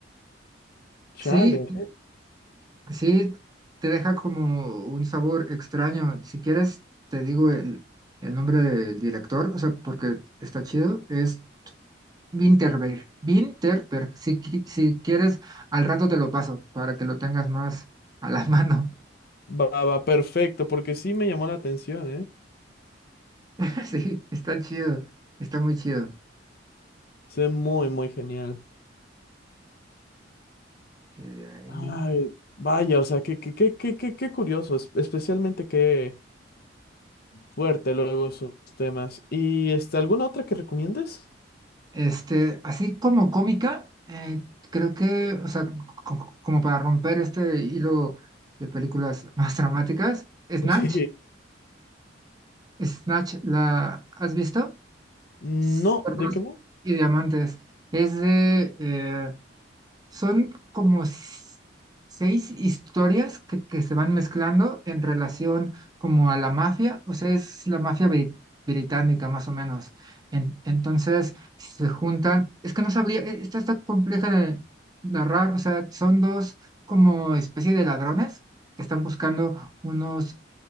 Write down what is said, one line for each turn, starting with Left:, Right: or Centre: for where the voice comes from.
Left: Chale.
Right: Sí, sí, te deja como un sabor extraño. Si quieres, te digo el, el nombre del director, o sea, porque está chido, es Winterberg. Winterberg, si, qui- si quieres, al rato te lo paso para que lo tengas más a la mano.
Left: Va, va, perfecto, porque sí me llamó la atención, ¿eh?
Right: <laughs> Sí, está chido, está muy chido.
Left: Se ve muy, muy genial.
Right: Y de ahí,
Left: Ay, vaya, o sea, qué, qué, qué, qué, qué, qué curioso, es- especialmente qué fuerte luego esos temas. ¿Y este, alguna otra que recomiendes?
Right: este, así como cómica, eh, creo que, o sea, co- co- como para romper este hilo de películas <laughs> más dramáticas, Snatch,
Left: <laughs> Sí.
Right: Snatch, ¿la has visto?
Left: No,
Right: Cerdos
Left: ¿de qué va?
Right: y diamantes. Es de eh, son como s- seis historias que, que se van mezclando en relación como a la mafia, o sea, es la mafia bri- británica más o menos. En- entonces se juntan, es que no sabría, e- esta está compleja de narrar, o sea, son dos como especie de ladrones que están buscando unos